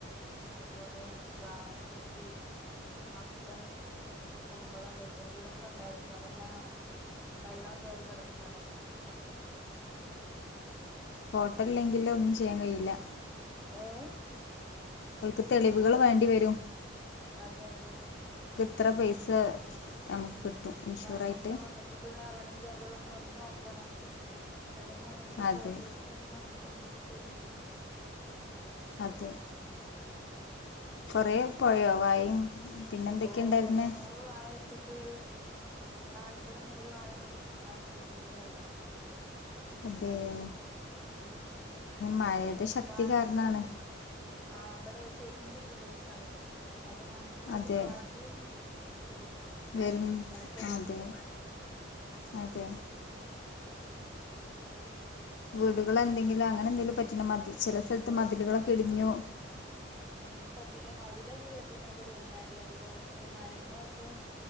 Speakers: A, in the centre; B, on the left (about 65°).
A: അതുപോലെ വാഴ കൃഷി, മത്തൻ, കുമ്പളം വെള്ളരി ഇതൊക്കെ ഉണ്ടായിരുന്നു അതെല്ലാം നാ വെള്ളം കേറി കെടക്കാണ്.
B: ഹോട്ടൽല്ലെങ്കിലൊന്നും ചെയ്യാൻ കഴിയില്ല.
A: ഏഹ്?
B: അവൾക്ക് തെളിവുകൾ വേണ്ടിവരും.
A: അതെയതെ.
B: എത്ര പൈസ നമുക്ക് കിട്ടും ഇൻഷുറായിട്ട്
A: നാഷനഷ്ടം വന്നിട്ടുണ്ട്ന്ന് അറിണങ്കി അവരൊന്ന് വന്ന് നോക്കണം. അല്ലെങ്കി നമ്മളതിന്റെ
B: അതെ
A: ഫോട്ടോ എടുത്താണ് കാണി ക്കെന്തേലൊക്കെ ചെയ്യേണ്ട്യേരും.
B: അതെ. കൊറേ പോയോ വാഴയും പിന്നെ എന്തൊക്കെയ
A: ഓ
B: ഉണ്ടായിരുന്നേ
A: കൊറേ നൂറ് വായ വെച്ചിട്ട് നാല്പത് അയ്മ്പത് വായ നഷ് നാശനഷ്ടത്തിലായി
B: അതെയോ
A: അതെ
B: മഴേന്റെ ശക്തി
A: കാറ്റ്
B: കാരണാണ്
A: ഇവിടെ ആ ഇവിടെ ചെരിഞ്ഞ പ്രദേശാണ് അപ്പൊ നന്നായിട്ട്
B: അതെ
A: കാറ്റ് പിടി
B: വരും
A: കാറ്റടിക്കും
B: അതെ അതെ വീടുകളെ എന്തെങ്കിലും അങ്ങനെ എന്തെങ്കിലും പറ്റിണോ മതി ചില സ്ഥലത്ത്
A: വ്
B: മതിലുകളൊക്കെ ഇടിഞ്ഞു
A: പറ്റീല്ല മതിലൊക്കെ കെട്ടിന്നൊക്കെ പൊള്ഞ്ഞാടി അതുപോലെ മറ്റേ മരങ്ങളൊക്കെ